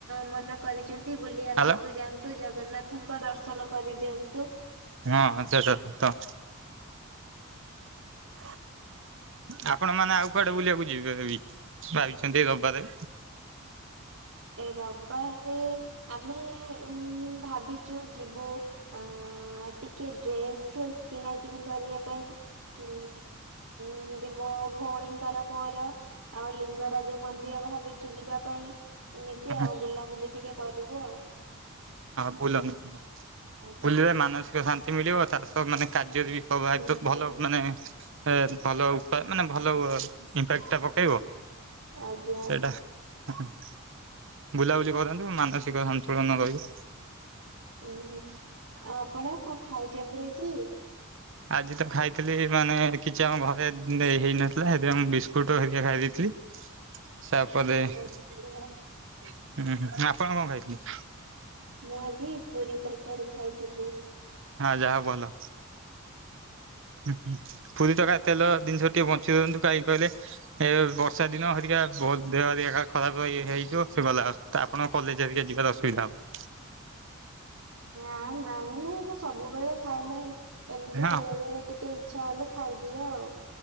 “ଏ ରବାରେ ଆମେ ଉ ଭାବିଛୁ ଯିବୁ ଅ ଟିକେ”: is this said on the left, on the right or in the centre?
Right